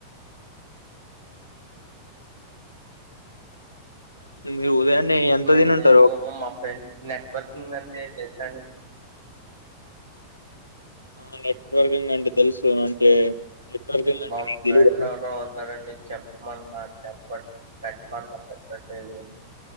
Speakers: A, on the left; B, on the right.
A: స మీరు ఉదయాన్నే ఎంత
B: మే
A: తినింటారు?
B: నేను మా ఫ్రెండ్ నెట్వర్కింగ్ అంటే దేశాన్ని
A: ఆ నెట్వర్కింగ్ అండి తెలుసు అంటే నెట్వర్కింగ్ అంటే
B: మా
A: నీకు
B: ఫ్రెండ్
A: తెలీదా
B: ఒకరు వస్తాడు అండి చెప్పమన్నాడు చెప్ప పెట్ పెట్టన్న పెట్టట్లేదు